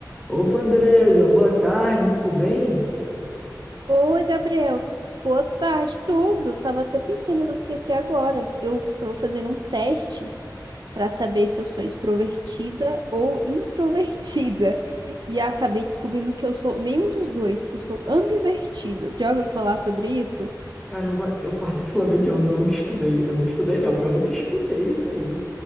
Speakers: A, in the centre; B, on the right.
A: Opa, Andresa, boa tarde, tudo bem?
B: Oi, Gabriel. Boa tarde, tudo. Tava até pensando em você aqui agora. Eu tô fazendo um teste para saber se eu sou extrovertida ou introvertida. E acabei descobrindo que eu sou nenhum dos dois, que eu sou ambivertida. Já ouviu falar sobre isso?
A: Caramba, eu particularmente eu nunca estudei, eu nunca estudei não, eu nunca escutei isso aí.